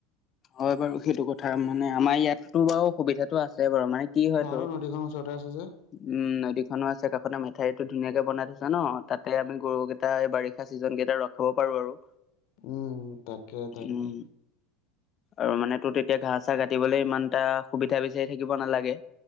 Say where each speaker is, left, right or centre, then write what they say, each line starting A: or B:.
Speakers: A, on the left; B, on the left.
A: হয় বাৰু সেইটো কথা মানে আমাৰ ইয়াতো বাৰু অসুবিধাতটো আছে বাৰু মানে কি হয়তোৰ
B: তহঁতৰ
A: উম,
B: নদীখন ওচৰতে আছে যে
A: নদীখনো আছে কাষতে মেঠাইত টো ধুনীয়াকে বনাই থৈছে ন তাতে আমি গৰু কেইটা এই বাৰিষা চিজন কেইটা ৰখাব পাৰো আৰু
B: উম, তাকে - তাকে।
A: উম আৰু মানে তোৰ তেতিয়া ঘাহ চাহ কাটিবলৈ ইমান এটা সুবিধা বিচাৰি থাকিব নালাগে।